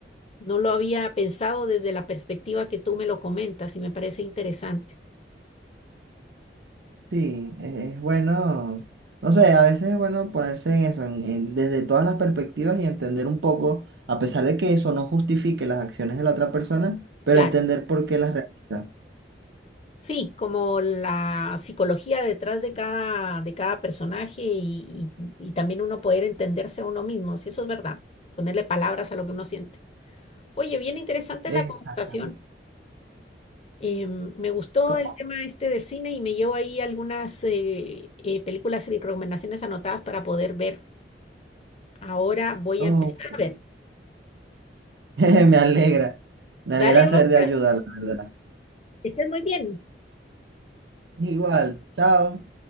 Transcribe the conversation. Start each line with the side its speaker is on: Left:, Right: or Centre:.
Left: No lo había pensado desde la perspectiva que tú me lo comentas y me parece interesante.
Right: Sí, e- es bueno, no sé, a veces es bueno ponerse en eso, en- en- desde todas las perspectivas y entender un poco, a pesar de que eso no justifique las acciones de la otra persona, pero
Left: Claro.
Right: entender por qué las realiza.
Left: Sí, como la psicología detrás de cada, de cada personaje y, y- y también uno poder entenderse a uno mismo, si eso es verdad, ponerle palabras a lo que uno siente. Oye, bien interesante
Right: Exactamente.
Left: la conversación. Eh, me gustó
Right: ¿Cómo?
Left: el tema este del cine y me llevo ahí algunas eh, eh, películas y recomendaciones anotadas para poder ver. Ahora voy
Right: Ok.
Left: a empezar a ver.
Right: <laughs> Me alegra, me
Left: Dale,
Right: alegra ser
Left: Oscar,
Right: de ayuda, la verdad.
Left: que estés muy bien.
Right: Igual, chao.